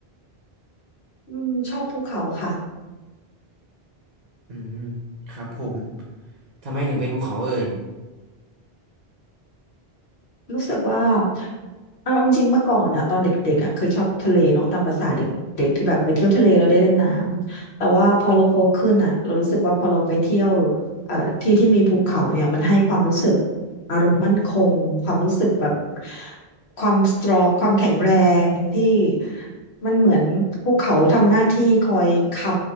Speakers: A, on the left (about 90°); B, on the right (about 45°).
A: อืมชอบภูเขาค่ะ
B: อืมครับผมทำไมถึงเป็นภูเขาเอ่ย
A: รู้สึกว่าเอาจริงๆเมื่อก่อนอ่ะตอนเด็กๆอ่ะเคยชอบทะเลเนาะตามประสาเด็กๆที่แบบไปเที่ยวทะเลเราได้เล่นน้ำแต่ว่าพอเราโตขึ้นอ่ะเรารู้สึกว่าพอเราไปเที่ยวเอ่อที่ที่มีภูเขาเนี่ยมันให้ความรู้สึกอารมณ์มั่นคงความรู้สึกแบบความสตรองความแข็งแรงที่มันเหมือนภูเขาทำหน้าที่คอยค้